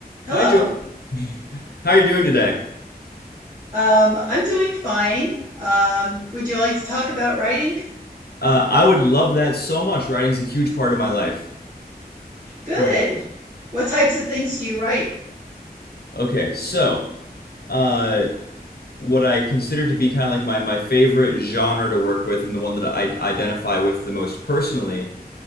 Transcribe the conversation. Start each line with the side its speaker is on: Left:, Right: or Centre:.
Right: Hello.
Left: Hi, Joey. <laughs> How are you doing today?
Right: Um, I'm doing fine. Um, would you like to talk about writing?
Left: Uh, I would love that so much. Writing's a huge part of my life.
Right: Good.
Left: Uh,
Right: What types of things do you write?
Left: okay, so uh, what I consider to be kind of like my, my favorite genre to work with, and the one that I identify with the most personally,